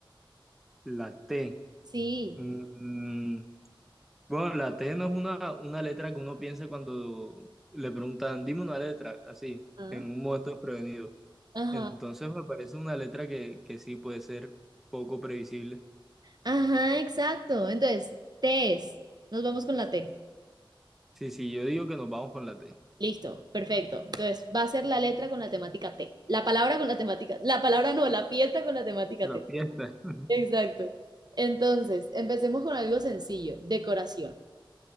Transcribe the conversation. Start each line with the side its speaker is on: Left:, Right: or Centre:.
Centre: La T.
Right: Sí.
Centre: Mm, Bueno, la T no es una, una letra que uno piensa cuando le preguntan, dime una letra, así,
Right: Ah.
Centre: en un momento desprevenido.
Right: Ajá.
Centre: Entonces me parece una letra que, que sí puede ser poco previsible.
Right: Ajá, exacto. Entonces, T es. Nos vamos con la T.
Centre: Sí, sí, yo digo que nos vamos con la T.
Right: Listo, perfecto. Entonces, va a ser la letra con la temática T. La palabra con la temática. La palabra no, la fiesta con la temática
Centre: La
Right: T.
Centre: fiesta. <laughs>
Right: Exacto. Entonces, empecemos con algo sencillo. Decoración.